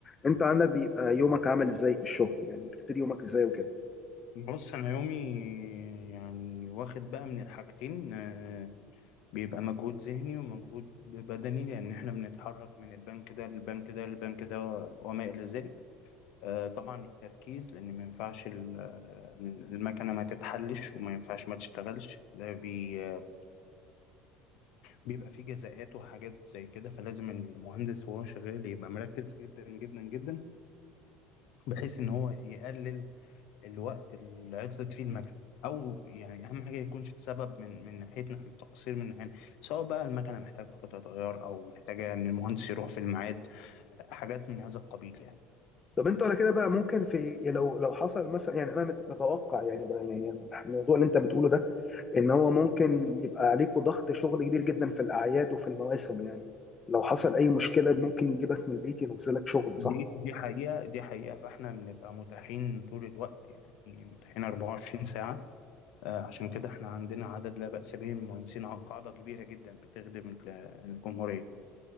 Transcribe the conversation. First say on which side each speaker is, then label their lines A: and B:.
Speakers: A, on the left; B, on the left.
A: انت عندك بيبقى يومك عامل ازاي في الشغل يعني بتبتدي يومك ازاي وكده
B: بص أنا يومي يعني واخد بقى من الحاجتين آه، بيبقى مجهود ذهني ومجهود بدني لأن إحنا بنتحرك من البنك ده للبنك ده للبنك ده وما إلى ذلك آه، طبعا التركيز لان ما ينفعش ال- آه، المكنه ما تتحلش وما ينفعش ما تشتغلش ده بي آه، بيبقى فيه جزاءات وحاجات زي كده فلازم المهندس وهو شغال يبقى مركز جدا جدا جدا بحيث ان هو يقلل الوقت اللي عطلت فيه المكنه او يعني اهم حاجه يكونش سبب من من ناحيتنا احنا تقصير من ناحيتنا سواء بقى المكنه محتاجه قطع غيار او محتاجه ان المهندس يروح في الميعاد حاجات من هذا القبيل يعني
A: طب انت على كده بقى ممكن في يعني لو لو حصل مثلا يعني انا مت- متوقع يعني بقى يعني الموضوع اللي انت بتقوله ده ان هو ممكن يبقى عليكوا ضغط شغل كبير جدا في الاعياد وفي المواسم يعني لو حصل اي مشكله ممكن يجيبك من البيت ينزلك شغل
B: دي
A: صح
B: دي حقيقة دي حقيقة فاحنا بنبقى متاحين طول الوقت يعني متاحين 24 ساعة آه، عشان كده احنا عندنا عدد لا بأس به من المهندسين عن قاعدة كبيرة جدا بتخدم ال- الجمهورية